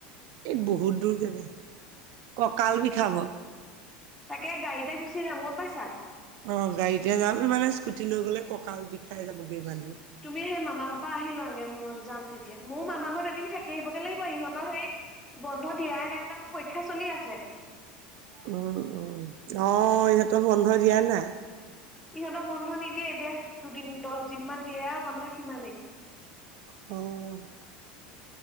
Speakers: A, on the right; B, in the centre.
A: এই বহুত দূৰ কেলে কঁকাল
B: উম
A: বিষাব।
B: তাকে গাড়ীতে গুচি যাম গম পাইছা।
A: অ' গাড়ীতে যাম মানে স্কুটি লৈ গ'লে কঁকাল বিষাই যাবগৈ ইমান দুৰ।
B: তুমি সেই মামাহৰ পৰা আহিল লোৱা আগে মই যাম তেতিয়া মোৰ মামা ঘৰত এদিন থাকি আহিবগে লাগিব ইহঁতৰ সেই বন্ধ দিয়াই নাই নহয় পৰীক্ষা চলি আছে।
A: উম, উম, অ' ইহঁতৰ বন্ধ দিয়াই নাই?
B: ইহঁতক বন্ধ নিদিয়ে এতিয়া দুদিন দচ দিন মান দিয়ে বন্ধ সিমানেই।
A: অ',